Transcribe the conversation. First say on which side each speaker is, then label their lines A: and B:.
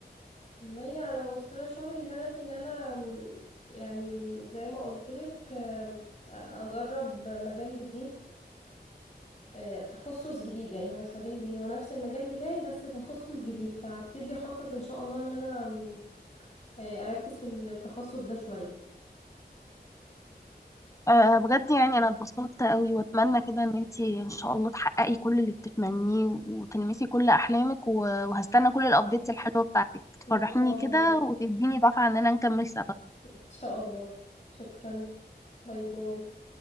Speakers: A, on the left; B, on the left.
A: والله على مستوى شغلي هدفي ان انا م، يعني م، زي ما قلتلك آم، اجرب مجال جديد آه، تخصص جديد يعني هو مش مجال جديد هو نفس المجال بتاعي بس تخصص جديد فهبتدي اخطط ان شاء الله ان انا م، آه، اركز في التخصص ده شويه
B: أه بجد يعني انا اتبسطت قوي واتمنى كده ان انتي ان شاء الله تحققي كل اللي بتتمنيه وتلمسي كل احلامك و- وهستنى كل الابديتس الحلوه بتاعتك تفرحيني
A: ان شاء الله
B: كده وتديني دفعه ان انا نكمل سوا
A: إن شاء الله شكرا باي باي